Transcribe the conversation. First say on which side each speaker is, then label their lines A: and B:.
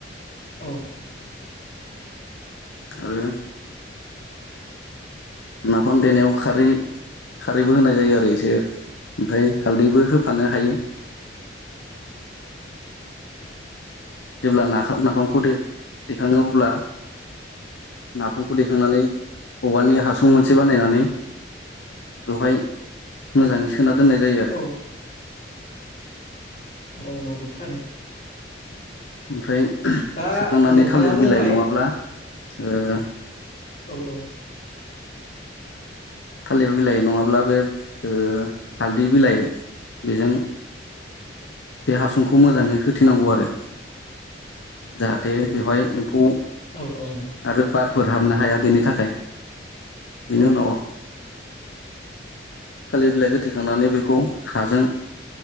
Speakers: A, on the left; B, on the left.
A: औ
B: आरो नाफाम देनायाव खारै खारैबो होनाय जायो आरो एसे ओमफ्राय हालदैबो होफानो हायो। जेब्ला ना-नाफामखौ देखाङो अब्ला नाफामखौ दैेखांनानै औवानि हासुं मोनसे बानायनानै बेवहाय मोजाङै सोना दोननाय जायो आरो।
A: औ औ नंगौ थारैनो
B: ओमफ्राय
A: दा
B: सोखांनानै
A: नोंथाङा
B: थालिर
A: बुंबाय
B: बिलाइ नङाब्ला ओ
A: औ औ
B: थालिर बिलाइ नङाब्ला बे ओ हालदै बिलाइ बेजों बे हासुंखौ मोजाङै होथेनांगौ आरो जाहाथे बेवहाय एम्फौ
A: औ औ नंगौ
B: आरो बारफोर हाबनो हाया बेनि थाखाय बेनि
A: औ
B: उनाव थालिर बिलाइ होथेखांनानै बेखौ हाजों